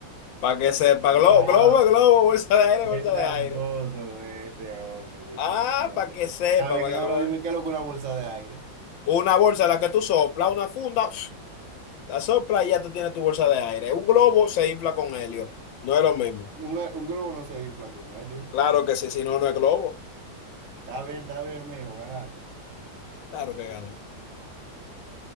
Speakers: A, on the left; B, on the right.
A: para que sepa.
B: Wow.
A: glo globo, es globo, bolsa de aire,
B: Qué
A: bolsa
B: tramposo
A: de aire.
B: este hombre.
A: Ah,
B: di que no
A: para
B: sé.
A: que sepa,
B: Está bien,
A: para
B: ahora
A: que no vea.
B: dime qué es lo que una bolsa de aire.
A: Una bolsa en la que tú soplas, una funda, la sopla y ya tú tienes tu bolsa de aire. Un globo se infla con helio. No es lo mismo.
B: Un, eh, un globo no se infla con helio.
A: Claro que sí, si no, no es globo.
B: Está bien, está bien, mijo, ganaste.
A: Claro que gané.